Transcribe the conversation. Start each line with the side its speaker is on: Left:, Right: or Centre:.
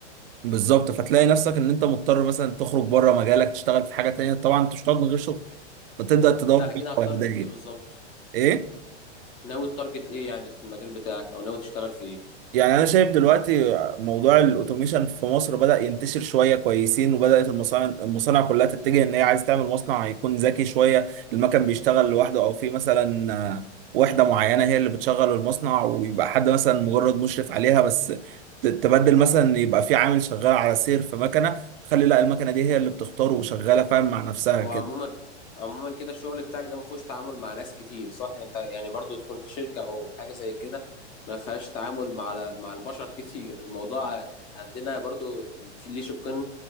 Right: بالظبط فتلاقي نفسك ان انت مضطر مثلا تخرج بره مجالك تشتغل في حاجه تانيه طبعا انت مش هتقعد من غير شغل فتبدا تدور
Left: طب انت على
Right: في
Left: كده
Right: الحوالي
Left: هتارجت ايه بالظبط
Right: ايه
Left: ناوي تارجت ايه يعني في المجال بتاعك او ناوي تشتغل في ايه
Right: يعني انا شايف دلوقتي موضوع الاوتوميشن في مصر بدأ ينتشر شويه كويسين وبدأت المصانع المصانع كلها تتجه ان هي عايز تعمل مصنع هيكون ذكي شويه المكن بيشتغل لوحده او في مثلا آه، وحده معينه هي اللي بتشغل المصنع ويبقى حد مثلا مجرد مشرف عليها بس ت- تبدل مثلا يبقى في عامل شغال على سير في مكنه تخلي لا المكنه دي هي اللي بتختار وشغاله فاهم مع نفسها
Left: هو
Right: كده
Left: عموما عموما كده الشغل بتاعك ده ما فيهوش تعامل مع ناس كتير صح يعني انت يعني برضو تكون في شركة او حاجة زي كده ما فيهاش تعامل مع مع البشر <laughs> كتير الموضوع عندنا برضو في ليه شقين